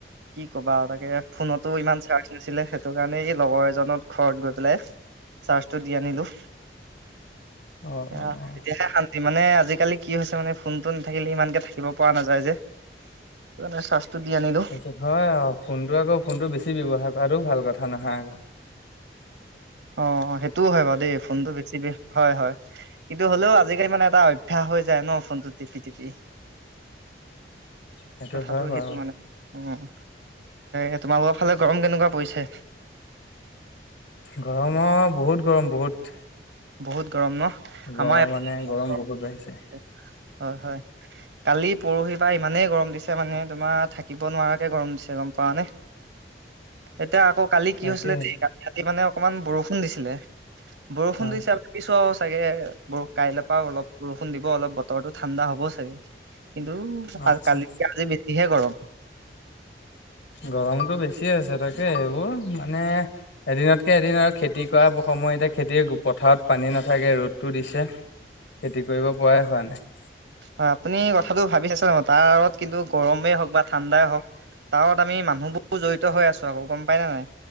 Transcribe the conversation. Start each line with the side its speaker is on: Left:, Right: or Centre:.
Right: কি ক'বা তাকে ফোনতো ইমান চাৰ্জ নাছিলে সেইটো কাৰণে এই লগৰ এজনত ঘৰত গৈ পেলাই চাৰ্জটো দি আনিলো
Left: অ
Right: এ
Left: অ অ
Right: এতিয়াহে শান্ত মানে আজিকালি কি হৈছে মানে ফোনতটো নাথাকিলে ইমানকে থাকিব পৰা নাযায় যে সেইটো কাৰণে দি আনিলো
Left: সেইটো হয় ফোনটো আকৌ ফোনটো বেছি ব্যৱহাৰ কৰাটো ভাল কথা নহয় আকৌ
Right: অ সেইটোও হয় বাৰু দেই ফোনটো বেছি হয় হয় কিন্তু হ'লেও আজিকালি মানে এটা উিঠা হৈ যায় ন ফোনটো টিপি টিপি
Left: সেইটো
Right: কথাটো
Left: হয় বাৰু
Right: সেইটো মানে উম এ তোমালোকৰ ফালে গৰম কেনেকুৱা পৰিছে
Left: গৰম অ বহুত গৰম বহুত
Right: বহুত গৰম ন
Left: গৰম
Right: আমাৰ
Left: মানে গৰম
Right: হয়
Left: বহুত বাঢ়িছে
Right: হয় কালি পৰহিৰ পৰা ইমানেই গৰম দিছে মানে তোমাৰ থাকিব নোৱাৰাকে গৰম দিছে গম পোৱা নে
Left: <inaudible>
Right: এতিয়া আকৌ কালি কি
Left: তাকে
Right: হৈছিলে দেই কালি ৰাতি মানে অকনমান বৰষুণ দিছিলে বৰষুণ
Left: হয়
Right: দিছে কিছু তাকেহে বৰ কাইলৈৰ পৰা অলপ বৰষুণ দিব অলপ বতৰটো ঠাণ্ডা হবও চাগে কিন্তু
Left: আচ্ছা
Right: কালি আজি বেছিহে গৰম
Left: গৰমতটো বেছি হৈছে তাকে সেইবোৰ মানে এদিনতকে এদিন আৰু খেতি কৰা সময়তে খেতিৰ পথাৰত পানী নাথাকে ৰ'দটো দিছে খেতি কৰিব পৰাই হোৱা নাই
Right: হয় আপুনি কথাটো ভাবি চাওক নহয় তাত কিন্তু গৰমেই হওক বা ঠাণ্ডাই হওক তত আমি মানুহবোৰ জড়িত হৈ আছো আকৌ গম পাই নে নাই